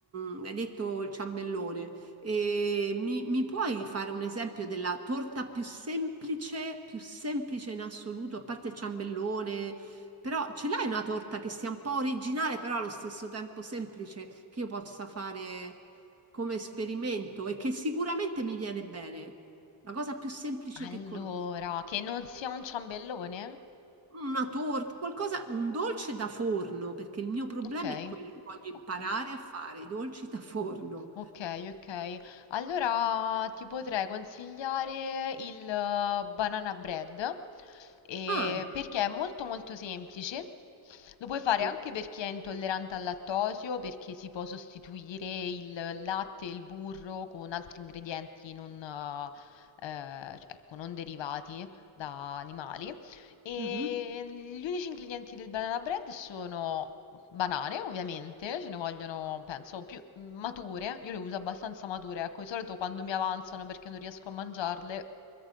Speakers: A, on the right; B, on the left.
A: Mm, hai detto il ciambellone, E mi, mi puoi fare un esempio della torta più semplice, più semplice in assoluto, a parte il ciambellone? Però ce l'hai una torta che sia un po' originale, però allo stesso tempo semplice, che io possa fare come esperimento e che sicuramente mi viene bene. La cosa più semplice
B: Allora,
A: che conosco.
B: che non sia un ciambellone?
A: Una torta, qualcosa, un dolce da forno, perché il mio problema
B: Ok.
A: è quello, io voglio imparare
B: Ok.
A: a fare i dolci da forno.
B: Ok, ok. Allora ti potrei consigliare il eh, banana bread e-
A: Ah,
B: perché è molto molto semplice. Lo puoi fare
A: sì.
B: anche per chi è intollerante al lattosio, perché si può sostituire il latte e il burro con altri ingredienti non, eh, cioè, ecco, non derivati da animali. E
A: Mhm,
B: gli unici ingredienti del banana bread sono banane, ovviamente, ce ne vogliono, penso, più mature. Io le uso abbastanza mature, ecco, di solito quando mi avanzano perché non riesco a mangiarle,